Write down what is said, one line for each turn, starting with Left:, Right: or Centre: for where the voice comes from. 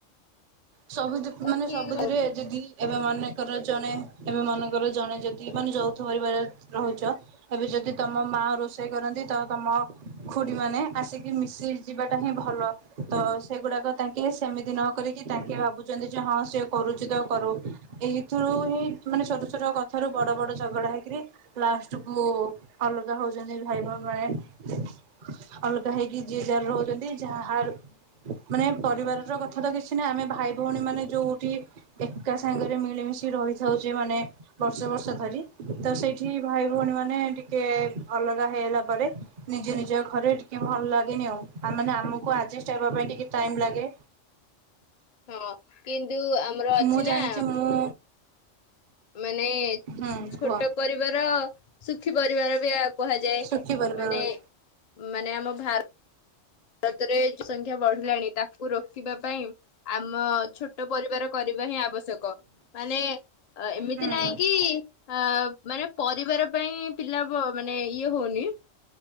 Right: ସବୁ ଯ
Left: ତ
Right: ମାନେ
Left: କିଏ
Right: ସବୁଥିରେ ଯଦି ଏବେ ମନେକର ଜଣେ ଏବେ ମନେକର ଜଣେ ଯଦି ମାନେ ଯୌଥ ପରିବାରରେ ରହୁଛ ଏବେ ଯଦି ତମ ମା ରୋଷେଇ କରନ୍ତି ତ ତମ ଖୁଡି ମାନେ ଆସିକି ମିଶି ଯିବାଟା ହିଁ ଭଲ। ତ ସେଗୁଡାକ ତାଙ୍କେ ସେମିତି ନ କରିକି ତାଙ୍କେ ଭାବୁଛନ୍ତି ଯେ ହଁ ସେ କରୁଛି ତ କରୁ। ଏଇଥିରୁ ହିଁ ମାନେ ଛୋଟ ଛୋଟ କଥାରୁ ବଡ ବଡ ଝଗଡା ହେଇକିରି ଲାଷ୍ଟ କୁ ଅଲଗା ହଉଛନ୍ତି ଭାଇ ଭଗାରୀ। ଅଲଗା ହେଇକି ଯିଏ ଯାହାର ରହୁଛନ୍ତି ଯାହାର ମାନେ ପରିବାର ର କଥା ତ କିଛି ଆମେ ଭାଇ ଭଉଣୀ ମାନେ ଯୋଉଠି ଏକା ସାଙ୍ଗରେ ମିଳିମିଶି ରହିଥାଉଛେ ମାନେ ବର୍ଷ ବର୍ଷ ଧରି ତ ସେଇଠି ଭାଇ ଭଉଣୀ ମାନେ ଟିକେ ଅଲଗା ହେଇଗଲା ପରେ ନିଜ ନିଜ ଘରେ ଟିକେ ଭଲ ଲାଗେନି ଆଉ ଆ ମାନେ ଆମକୁ ଆଡଜଷ୍ଟ ହେବା ପାଇଁ ଟିକେ ଟାଇମ ଲାଗେ।
Left: ହଁ କିନ୍ତୁ ଆମର ଅଛି
Right: ମୁଁ ଜାଣିଛି
Left: ନା
Right: ମୁଁ
Left: ମାନେ
Right: ହୁଁ
Left: ଛୋଟ
Right: କୁହ
Left: ପରିବାର ସୁଖୀ ପରିବାର ବି କୁହାଯାଏ।
Right: ଶୁଖିପାରିବ
Left: ମାନେ
Right: ହୁଁ
Left: ମାନେ ଆମ ଭାର ଭାରତରେ କିଛି ସଂଖ୍ୟା ବଢିଲାଣି ତାକୁ ରୋକିବା ପାଇଁ, ଆମ ଛୋଟ ପରିବାର କରିବା ହିଁ ଆବଶ୍ୟକ। ମାନେ, ଏମିତି
Right: ହୁଁ
Left: ନାଇଁକି ଅଁ ମାନେ ପରିବାର ପାଇଁ, ପିଲା ମାନେ ଇଏ ହଉନି।